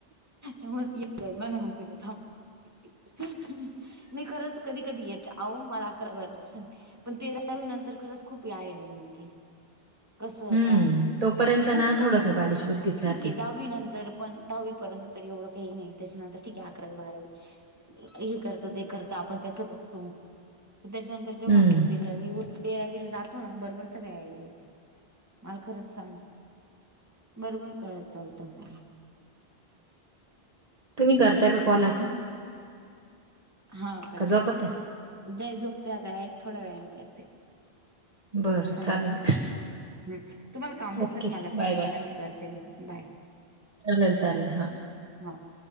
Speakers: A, on the right; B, on the right.
A: मग येत जाईल <inaudible> ना मग तुला थांब नाही खरंच कधी कधी येते अहो मला अकरा बारावी पासून पण तेरावी नंतर खरंच खूप आयाडिया येऊन गेली. कसं
B: हम्म,
A: काय
B: तोपर्यंत
A: खूप
B: ना
A: म्हणजे
B: थोडंसं
A: खूप
B: बालिश बुद्धीच
A: ठीक
B: राहते.
A: आहे दहावी नंतर पण दहावीपर्यंत तरी एवढं काही नाही त्याच्यानंतर ठीक आहे अकरावी बारावी हे करतं ते करतं आपण त्याचं बघतो त्याच्यानंतर जेव्हा
B: हम्म,
A: आपल्याला तेरावी तेरावीला जातो. तो ना बरोबर सगळ्या आयडिया येती मला खरंच सांग बरोबर कळत चालतं म
B: तुम्ही करता का कॉल आता?
A: हा करते
B: का झोपत्या?
A: <inaudible> झोपते आता थोडा वेळाने करते.
B: बरं
A: सहा
B: चालेल.
A: सातला. हम तुम्हांला काम नसलं
B: ओके,
A: की मला
B: बाय
A: फोन
B: बाय.
A: करा मी करते मग बाय.
B: चालेल चालेल हा,
A: ह.